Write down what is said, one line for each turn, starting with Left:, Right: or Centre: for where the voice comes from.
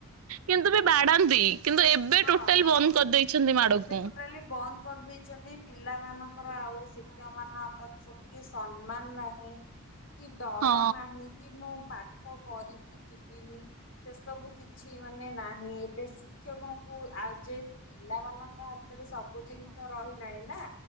Right: କିନ୍ତୁ ବି ବାଡାନ୍ତି। କିନ୍ତୁ ଏବେ
Left: ହଁ,
Right: ଟୋଟାଲ
Left: ହଁ।
Right: ବନ୍ଦ କରିଦେଇଛନ୍ତି ମାଡକୁ।
Left: ଏବେ ଟୋଟାଲି ବନ୍ଦ କରିଦେଇଛନ୍ତି। ପିଲାମାନଙ୍କ ଙ୍କର ଆଉ ଶିକ୍ଷକ ମାନଙ୍କ ପ୍ରତି ସେତିକି ସମ୍ମାନ ନାହିଁ, କି ଡର
Right: ହଁ
Left: ନାହିଁ। ହୁଁ କି, ମୁଁ ପାଠ କରିକି ଯିବିନି। ସେସବୁ କିଛି ମାନେ ନାହିଁ। ଏବ୍ ବେ ଶିକ୍ଷକଉଁ ଆଉ ଯେହେତୁ ପିଲାମାନଙ୍କ ହାତରେ ସବୁ ଜିନିଷ ରହିଲାଣି ନା।